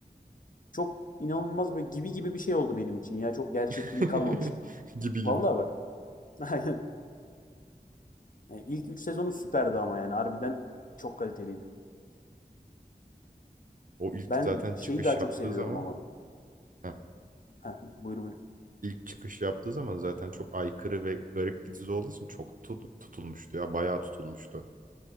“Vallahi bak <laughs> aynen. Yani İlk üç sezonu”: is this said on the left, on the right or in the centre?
Left